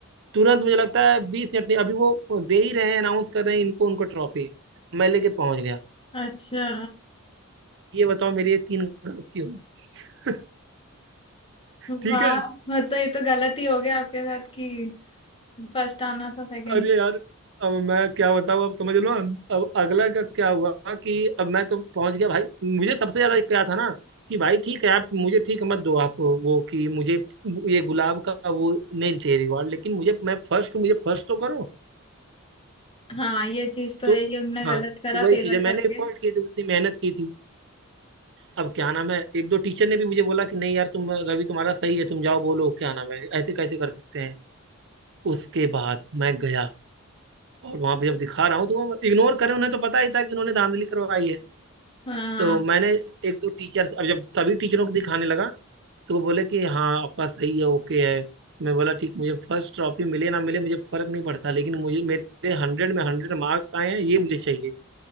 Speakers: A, on the right; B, on the left.
A: तुरंत मुझे लगता है बीस मिनट में अभी वो दे ही रहे हैं अनाउंस कर रहे हैं इनको उनको ट्रॉफी मैं लेके पहुंच गया
B: अच्छा
A: ये बताओ मेरी ये तीन गलत क्यों <laughs> ठीक
B: वाह
A: है
B: मतलब तो ये तो गलत ही हो गया आपके साथ कि फर्स्ट आना था सेकंड
A: अरे यार अब मैं क्या बताऊँ अब समझ लो अब अगला का क्या हुआ कि अब मैं तो पहुंच गया भाई मुझे सबसे ज्यादा क्या था ना कि भाई ठीक है आप मुझे ठीक मत दो आप वो कि मुझे ये गुलाब का वो नहीं चाहिए रिवॉर्ड लेकिन मुझे मैं फर्स्ट हूँ मुझे फर्स्ट तो करो
B: हाँ ये चीज तो
A: तो
B: है ये उनने गलत
A: हाँ
B: करा
A: तो वही
B: फेवर
A: चीज़ है मैंने
B: करके
A: एफर्ट किए थे उतनी मेहनत की थी अब क्या नाम है एक दो टीचर ने भी मुझे बोला कि नहीं यार तुम रवि तुम्हारा सही है तुम जाओ बोलो क्या नाम है ऐसे कैसे कर सकते हैं उसके बाद मैं गया और वहां पे जब दिखा रहा हूँ तो वो इग्नोर करें उन्हें तो पता ही था कि उन्होंने धांधली करवाई है
B: हाँ
A: तो मैंने एक दो टीचर अब जब सभी टीचरों को दिखाने लगा तो वो बोले कि हाँ आपका सही है ओके है मैं बोला ठीक मुझे फर्स्ट ट्रॉफी मिले ना मिले मुझे फर्क नहीं पड़ता लेकिन मुझे मेरे हंड्रेड में हंड्रेड मार्क्स आए हैं ये मुझे चाहिए